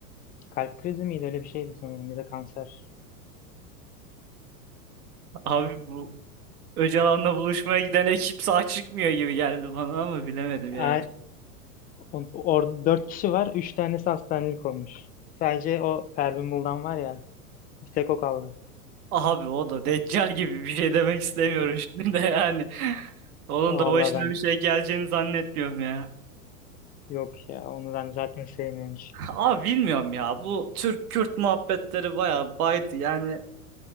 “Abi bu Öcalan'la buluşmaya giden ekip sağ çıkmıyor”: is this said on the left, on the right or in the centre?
Right